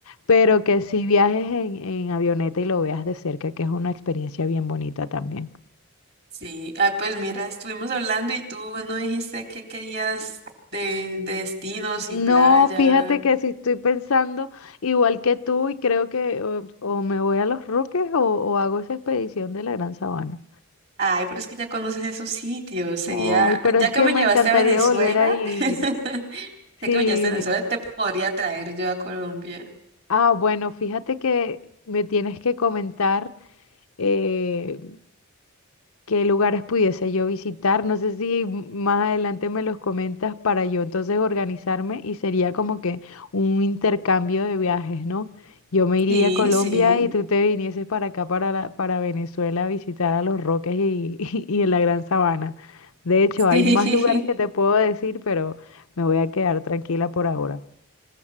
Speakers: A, on the left; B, on the right.
A: pero que si viajes en, en avioneta y lo veas de cerca, que es una experiencia bien bonita también.
B: Sí, ah, pues mira, estuvimos hablando y tú no dijiste qué querías de, de destinos
A: No,
B: y playa.
A: fíjate que si estoy pensando igual que tú y creo que o, o me voy a Los Roques o, o hago esa expedición de la Gran Sabana.
B: Ay, pero es que ya conoces esos sitios. Sería,
A: Ay, pero
B: ya
A: es
B: que
A: que
B: me
A: me
B: llevaste
A: encantaría
B: a Venezuela,
A: volver a ir.
B: <laughs>
A: Sí,
B: ya que me llevaste a Venezuela,
A: me-
B: te podría traer yo a Colombia.
A: ah, bueno, fíjate que me tienes que comentar eh, qué lugares pudiese yo visitar. No sé si más adelante me los comentas para yo entonces organizarme y sería como que un intercambio de viajes, ¿no? Yo me iría
B: Sí,
A: a Colombia
B: sí,
A: y tú te vinieses para acá, para, la- para Venezuela, a visitar a Los Roques y, <laughs> y en la Gran Sabana. De hecho, hay
B: sí.
A: más lugares que
B: <laughs>
A: te puedo decir, pero me voy a quedar tranquila por ahora.